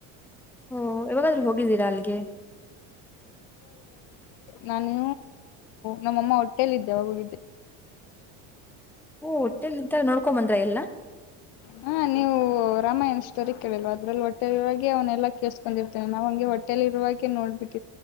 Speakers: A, in the centre; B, on the left.
A: ಹಓ ಇವಾಗಾದ್ರೂ ಹೋಗಿದ್ದೀರಾ ಅಲ್ಲಿಗೆ
B: ನಾನೂ ನಮ್ಮಮ್ಮ ಹೊಟ್ಟೇಲ್ಲಿದ್ದೆವ ಹಗಿದ್ದೆ
A: ಹಓ ಹೊಟ್ಟೆಲ್ ಇದ್ದಾಗ ನೋಡ್ಕೊ ಬಂದ್ರ ಎಲ್ಲಾ
B: ಹಾ ನೀವು ರಾಮಾಯಣ ಸ್ಟೋರಿ ಕೇಳಲ್ವಾ ಅದ್ರಲ್ಲಿ ಒಟ್ಟೆವಳಗೆ ಅವನೆಲ್ಲ ಕೆಸ್ಕೊಂಡಿರ್ತೇ ನಾ ಹಂಗೆಟ್ಟ ಎಲ್ಲಿ ಇವಾಗೆ ನೋಡ್ಬಿಟ್